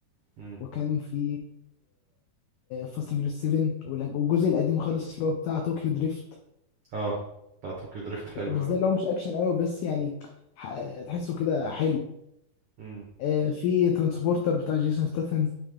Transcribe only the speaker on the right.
امم
اه بتاع طوكيو دريفت حلو
قوي
امم